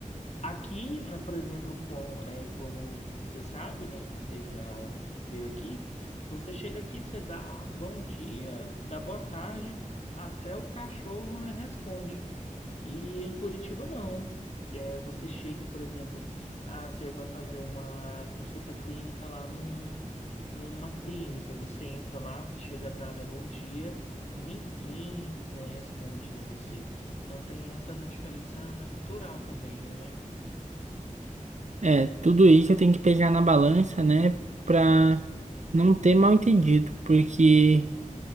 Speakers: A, on the left; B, on the right.
A: aqui, né, por exemplo, com, é, como que você sabe, né, que você já veio aqui, você chega aqui, você dá bom dia, dá boa tarde, até o cachorro, né, responde. E em Curitiba, não. É, você chega, por exemplo, ah, você vai fazer uma consulta clínica lá num, numa clínica, você entra lá, você chega a dar, né, bom dia, ninguém, né, responde, né, você. Então tem essa né, diferença né, cultural também, né?
B: É, tudo isso eu tenho que pegar na balança, né? Pra não ter mal entendido, porque.